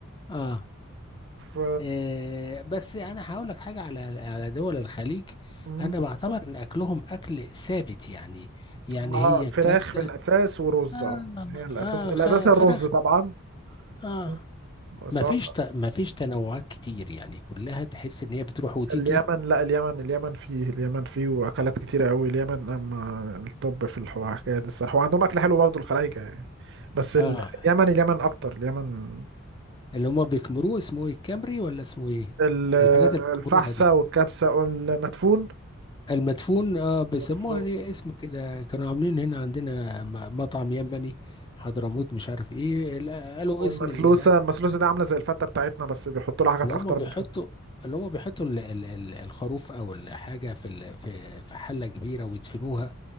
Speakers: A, on the left; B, on the right.
A: اه
B: ف
A: آه، بس انا هقول لك حاجه على على دول الخليج
B: مم.
A: انا بعتبر ان اكلهم اكل ثابت يعني يعني
B: اه
A: هي الكبسه
B: فراخ في الاساس ورز
A: اه
B: اه هي الاساس
A: اه
B: الاساس
A: خ-
B: الرز
A: فراخ
B: طبعا
A: اه
B: مم. سواء
A: ما فيش ت... ما فيش تنوعات كتير يعني كلها تحس ان هي بتروح وتيجي
B: اليمن لا اليمن اليمن فيه اليمن فيه واكلات كتيره قوي اليمن اما الطب في الحو- الحكايه دي الصراحه وعندهم اكل حلو برضه الخلايجه يعني بس ال-
A: اه
B: اليمن اليمن اكتر اليمن
A: اللي هما بيكمروه اسمه ايه الكمري ولا اسمه ايه
B: ال-
A: الحاجات اللي بيكمروها
B: الفحسة
A: دي
B: والكبسة والمدفون
A: المدفون اه بيسموها
B: مدفون
A: ليه اسم كده كانوا عاملين هنا عندنا م- مطعم يمني حضرموت مش عارف ايه ال- قالوا
B: والمثلوسة
A: اسم ال-
B: المثلوسة دي عاملة زي الفتة بتاعتنا بس بيحطوا لها حاجات
A: اللي
B: أخطر
A: هما بيحطوا
B: من الفتة
A: اللي هما بيحطوا ال- ال- ال- الخروف او الحاجة في ال- في في حلة كبيرة ويدفنوها